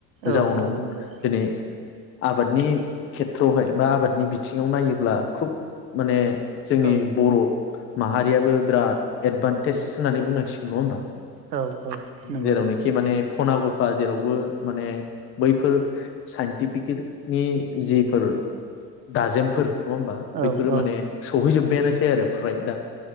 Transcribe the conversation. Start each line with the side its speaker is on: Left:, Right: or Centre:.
Right: आरो नोंथां औ
Left: जाउनाव
Right: औ नंगौ
Left: दिनै आबादनि खेथ्रयावहाय बा आबादनि बिथिङाव नायोब्ला खुब माने जोंनि
Right: औ
Left: बर' माहारियाबो बिराद एदभान्टेज होननानै बुंनांसिगोन नङा होमबा?
Right: औ औ नंगौ
Left: जेरावनोखि माने खना गफा जेरावबो माने बैफोर साइन्टिफिकेनि जिफोर दाजेमफोर नङा होमबा
Right: औ
Left: बैफोरो
Right: औ
Left: माने सहैजोबबायानोसै आरो फ्राय दा